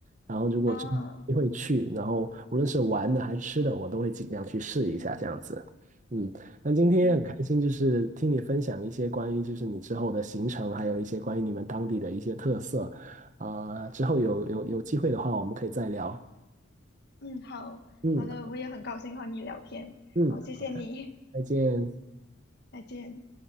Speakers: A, on the right (about 40°); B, on the left (about 55°).
A: 然后如果真的有机会去，
B: 啊，
A: 然后无论是玩的还是吃的，我都会尽量去试一下这样子。嗯，那今天很开心，
B: 嗯
A: 就是听你分享一些关于就是你之后的行程，还有一些关于你们当地的一些特色，啊、之后有有有机会的话，我们可以再聊。
B: 嗯，好好的，
A: 嗯
B: 我也很高兴和你聊天，
A: 嗯，
B: 好，谢谢你，
A: 再见。
B: <laughs> 再见。